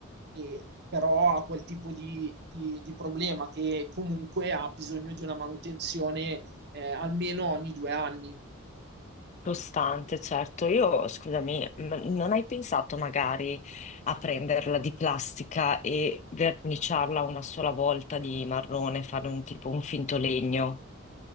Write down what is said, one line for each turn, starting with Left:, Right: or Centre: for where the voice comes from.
Right: e però ha quel tipo di, di- di problema che comunque ha bisogno di una manutenzione eh, almeno ogni due anni.
Left: Costante, certo. Io, scusami, m- non hai pensato magari a prenderla di plastica e verniciarla una sola volta di marrone, fare un tipo un finto legno?